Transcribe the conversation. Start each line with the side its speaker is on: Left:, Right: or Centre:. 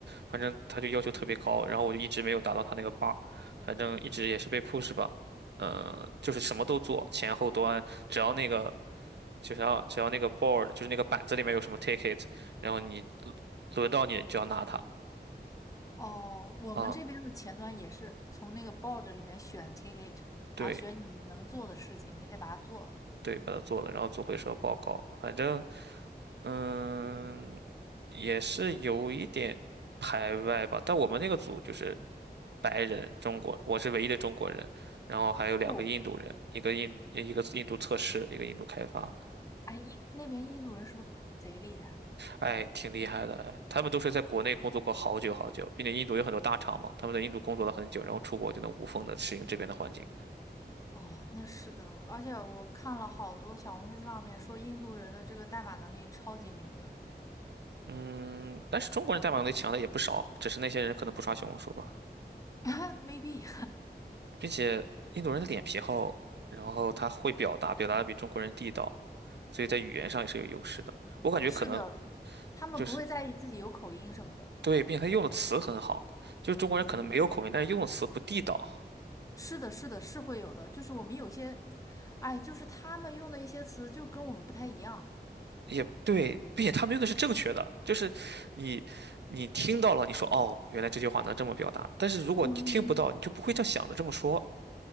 Right: 反正他就要求特别高，然后我就一直没有达到他那个 bar，反正一直也是被 push 吧，嗯、就是什么都做，前后端，只要那个就是要只要那个 board，就是那个板子里面有什么 ticket，然后你轮到你就要拿它，
Left: 哦，我们这边的前端也是从那个
Right: 啊、
Left: board 里面选 ticket，
Right: 对
Left: 然后选你能做的事情，你得把它做了。
Right: 对，把它做了，然后做回收报告，反正嗯、也是有一点排外吧，但我们那个组就是。白人，中国，我是唯一的中国人，然后还有两个印度人，
Left: 哦，
Right: 一个印一个印度测试，一个印度开发，
Left: 哎，印那边印度人是不是贼厉害？
Right: 哎，挺厉害的，哎，他们都是在国内工作过好久好久，并且印度有很多大厂嘛，他们在印度工作了很久，然后出国就能无缝的适应这边的环境。
Left: 哦，那是的，而且我看了好多小红书上面说印度人的这个代码能力超级牛的
Right: 嗯，但是中国人代码能力强的也不少，只是那些人可能不刷小红书吧，
Left: <laughs>，maybe
Right: 并且印度人的脸皮厚，然后他会表达，表达的比中国人地道，所以在语言上也是有优势的。我感觉可能
Left: 是的，他们不会在意自己有口音什么的。
Right: 就是。对，并且他用的词很好，就是中国人可能没有口音，
Left: 嗯
Right: 但是用的词不地道，
Left: 是的，是的，是会有的，就是我们有些，哎，就是他们用的一些词就跟我们不太一样。
Right: 也对，并且他们用的是正确的，就是你你听到了，你说哦，原来这句话能这么表达，但是如果你听不到，
Left: 嗯，
Right: 你就不会这样想着这么说，